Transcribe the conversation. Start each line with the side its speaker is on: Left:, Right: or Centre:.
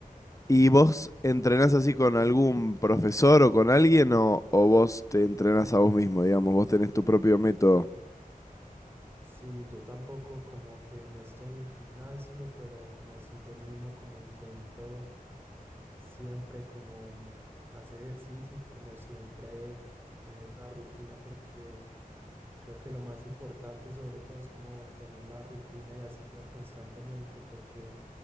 Left: ¿Y vos entrenás así con algún profesor o con alguien o, o vos te entrenás a vos mismo, digamos? Vos tenés tu propio método.
Right: Sí, yo tampoco como que no estoy en gimnasio, pero como si yo mismo como intento siempre como hacer ejercicio y como siempre tener una rutina porque creo que lo más importante sobre todo es como tener la rutina y hacerlo constantemente porque